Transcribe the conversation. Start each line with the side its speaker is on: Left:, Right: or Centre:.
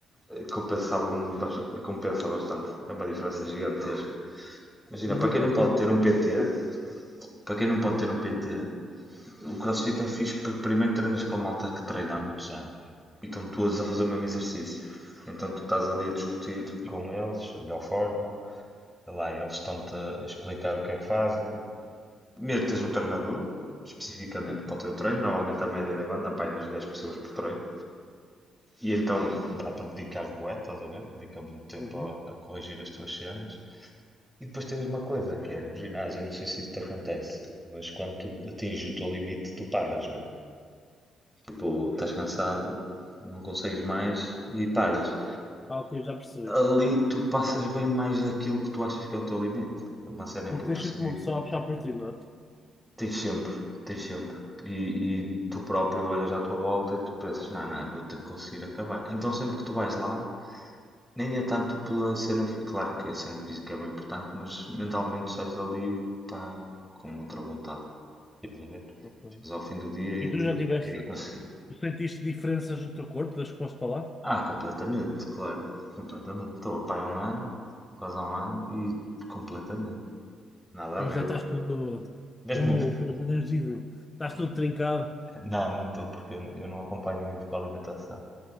Centre: eh, compensava, bastante, compensa bastante. É uma diferença gigantesca. Imagina,
Left: Mas
Centre: para
Left: a,
Centre: quem não
Left: a
Centre: pode
Left: que níveis?
Centre: ter um PT, para quem não pode ter um PT, o CrossFit é fixe porque primeiro treinas com malta que treina há muitos anos e estão todos
Left: Ok.
Centre: a fazer o mesmo exercício. Então tu estás ali a discutir com eles, a melhor forma. Sei lá, eles estão-te a explicar o que é que fazem. Primeiro tens um treinador, especificamente
Left: Uhum.
Centre: para o teu treino. Normalmente a média deve andar para aí nas 10 pessoas por treino. E então dá para dedicar bué, estás a ver? Dedica muito tempo
Left: Uhum.
Centre: a, a corrigir as tuas cenas. E depois tens uma coisa que é, no ginásio, eu não sei se isso te acontece, mas quando tu atinges o teu limite, tu paras, não é? Tipo, estás cansado, não consegues mais e paras.
Left: Ah, ok, já percebi.
Centre: Ali tu passas bem mais daquilo que tu achas que é o teu limite. É uma cena
Left: Porque
Centre: que eu
Left: tens
Centre: percebi.
Left: sempre uma pessoa a puxar por ti, não é?
Centre: Tens sempre, tens sempre. E, e tu próprio olhas à tua volta e tu pensas, não, não, eu vou ter que conseguir acabar. Então sempre que tu vais lá, Nem é tanto pela cena, fi- claro que a cena física é bem importante, mas mentalmente sais dali, pá, com outra vontade. Estás a ver?
Left: Ok.
Centre: Chegas ao fim do dia
Left: E
Centre: e
Left: tu
Centre: é tipo,
Left: já tiveste,
Centre: "É, eu consegui.
Left: tu sentiste diferenças no teu corpo das que foste para lá?
Centre: Ah, completamente, claro, completamente. Estou a pá há um ano, quase há um ano e completamente. Nada a
Left: E
Centre: ver.
Left: já estás todo,
Centre: Mesmo.
Left: como os brasileiros dizem, estás todo trincado.
Centre: Não, não estou, porque eu, eu não acompanho muito com a alimentação.